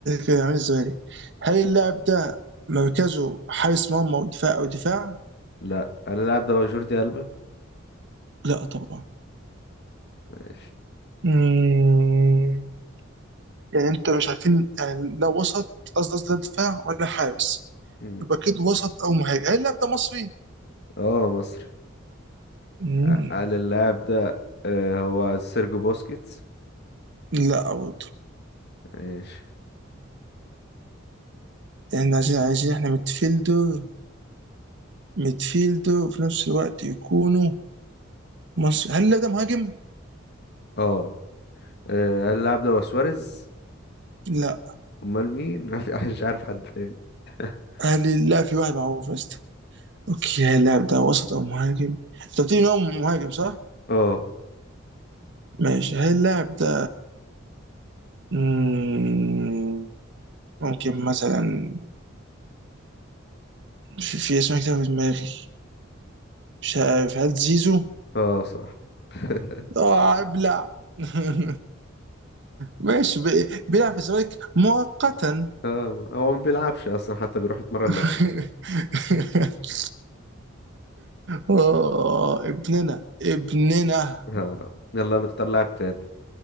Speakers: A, on the right; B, on the left.
A: كان عامل الزمالك هل اللاعب ده مركزه حارس مرمى ودفاع او دفاع؟
B: لا هل اللاعب ده هو جوردي ألبا؟
A: لا طبعا
B: ماشي
A: مم. يعني انت مش عارفين يعني لا وسط قصدي قصدي لا دفاع ولا حارس
B: مم.
A: يبقى كده وسط او مهاجم هل اللاعب ده مصري؟
B: اه مصري
A: مم.
B: ه- هل اللاعب ده آه، هو سيرجو بوسكيتس؟
A: لا برضه
B: ماشي
A: احنا عايزين عايزين احنا ميدفيلدر ميدفيلدر وفي نفس الوقت يكونوا مصر هل اللاعب ده مهاجم؟
B: اه آه، هل اللاعب ده هو سواريز؟
A: لا
B: أمال مين؟ <laughs> ما في- مش عارف حد تاني <laughs>
A: هل لا في واحد معروف بس اوكي هل اللاعب ده وسط او مهاجم؟ انت قلت لي إن هو مهاجم صح؟
B: اه
A: ماشي هل اللاعب ده مم، ممكن مثلا في, في اسمه كتير في دماغي مش عارف هل زيزو؟
B: اه صح <laughs>
A: اه ابلع <laughs> ماشي بي- بيلعب في الزمالك مؤقتا
B: اه هو ما بيلعبش أصلا حتى بيروح يتمرن
A: <laughs>
B: لوحده
A: اه ابننا ابننا
B: آه، يلا نختار لاعب تاني